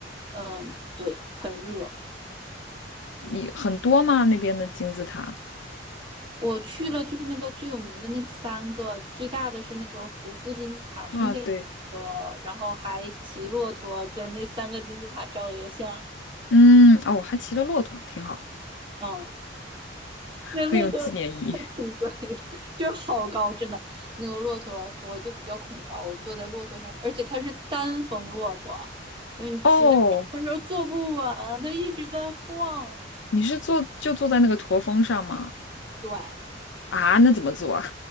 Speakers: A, on the right (about 25°); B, on the left (about 75°).
A: 嗯，对，很热，
B: 你很多吗？
A: 嗯。
B: 那边的金字塔？
A: 我去了，就是那个最有名的那个三个，最大的是那个胡夫金字塔，
B: 啊，
A: 剩下两个，
B: 对，
A: 然后还骑骆驼跟那三个金字塔照了个相。
B: 嗯，哦，我还骑了骆驼，挺好，
A: 嗯，那骆驼
B: 很有纪念意义。
A: <laughs> 太挺贵的，就是好高，真的。那个骆驼我就比较恐高，我坐在骆驼上，而且它是单峰骆驼，因为你骑在上面的时候坐不稳，
B: 哦，
A: 它一直在晃。
B: 你是坐就坐在那个驼峰上吗？
A: 对，
B: 啊，那怎么坐啊？